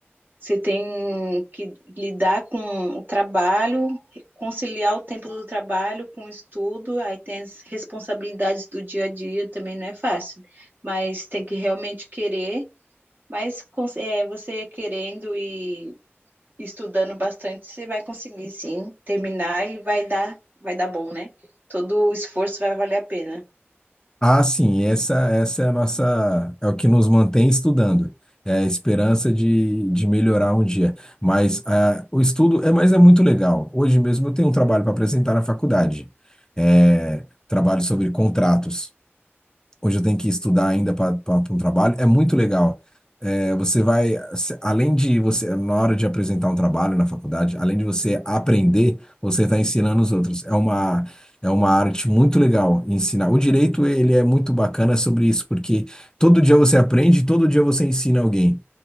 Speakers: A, on the right (about 50°); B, on the left (about 15°).
A: você tem que lidar com o trabalho, conciliar o tempo do trabalho com o estudo, aí tem as responsabilidades do dia a dia, também não é fácil, mas tem que realmente querer. Mas cons- é, você querendo e estudando bastante, você vai conseguir sim terminar e vai dar, vai dar bom, né? Todo o esforço vai valer a pena.
B: Ah, sim, essa, essa é a nossa, é o que nos mantém estudando. É a esperança de, de melhorar um dia. Mas ah, o estudo é, mas é muito legal. Hoje mesmo eu tenho um trabalho para apresentar na faculdade. É, trabalho sobre contratos. hoje eu tenho que estudar ainda para um trabalho, é muito legal. É, você vai, se- além de você, na hora de apresentar um trabalho na faculdade, além de você aprender, você está ensinando os outros. É uma, é uma arte muito legal ensinar. O direito, ele é muito bacana sobre isso, porque todo dia você aprende, todo dia você ensina alguém.